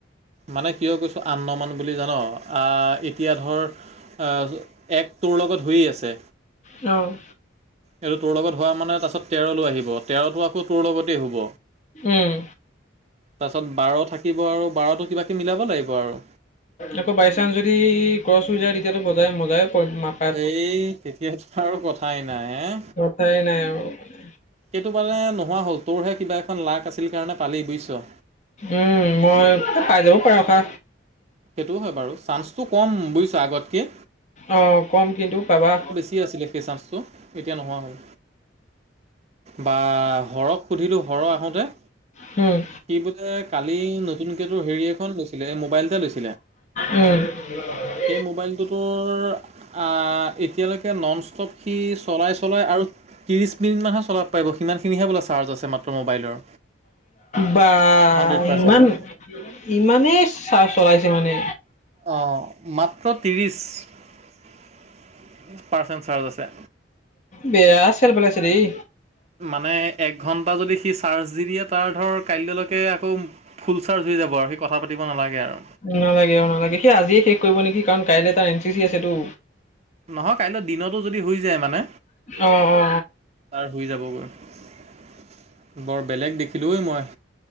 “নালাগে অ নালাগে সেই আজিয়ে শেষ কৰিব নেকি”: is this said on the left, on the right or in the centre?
Left